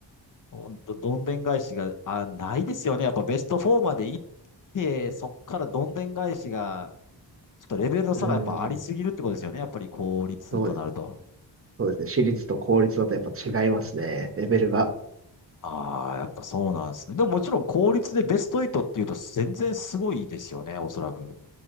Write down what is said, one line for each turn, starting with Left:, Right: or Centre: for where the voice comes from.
Left: ほんと、どんでん返しが、あ、ないですよね。やっぱベスト4まで行って、そっからどんでん返しが、ちょっとレベルの差がやっぱありすぎるってことですよね。
Right: うん、
Left: やっぱり効率となると。
Right: そうです、そうですね。私立と公立だとやっぱ違いますね、レベルが。
Left: ああ、やっぱそうなんですね。でももちろん効率でベスト8っていうと全然すごいですよね、おそらく。